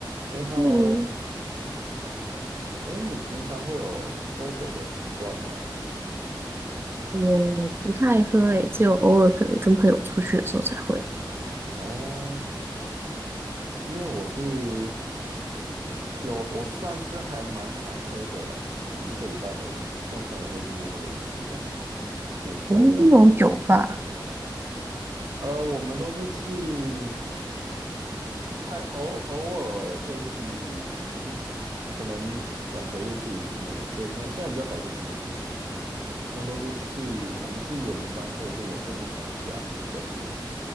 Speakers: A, on the right; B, on the right.
A: 哎，Hello，
B: 嗯，
A: 哎，你平常会有喝酒的习惯吗？
B: 我不太喝诶，只有偶尔可能跟朋友出去的时候才会。
A: 哦，因为我是有，我算是还蛮常喝的啦，可能一个礼拜喝一次，跟朋友会出去喝个一次这样，每周这样。
B: 我们这种酒吧，
A: 呃，我们都是去开，偶偶尔会去信义区，现可能两个月去一次那种，就是现在现在比较少去信义区，现在都是去我们去圆山，或者是有时候去朋友家比较多。